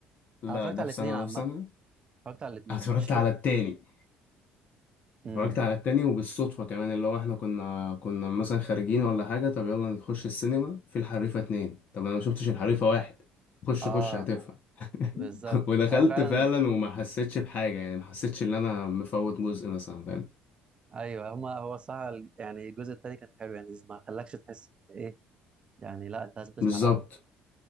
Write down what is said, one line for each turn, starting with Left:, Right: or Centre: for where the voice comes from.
Left: لا
Right: انا اتفرجت
Left: ده
Right: على
Left: في
Right: الاتنين
Left: سنة
Right: عامه
Left: ده في سنة
Right: اتفرجت على الاتنين
Left: <laughs> اتفرجت
Right: مش فاكر
Left: على التاني
Right: امم
Left: اتفرجت على التاني وبالصدفة كمان اللي هو احنا كنا كنا مثلا خارجين ولا حاجة طب يلا نخش السينما في الحريفة اتنين طب انا ما شفتش الحريفة واحد خش
Right: اه
Left: خش هتفهم
Right: آه، بالظبط
Left: <laughs> ودخلت
Right: هو فعلا
Left: فعلا وما
Right: مم.
Left: حسيتش بحاجة يعني ما حسيتش ان انا مفوت جزء مثلا فاهم
Right: ايوه هما هو الصراحه ال- يعني الجزء التاني كان حلو يعني ما خلاكش تحس ايه يعني لا انت لازم تسمع
Left: بالظبط
Right: الاول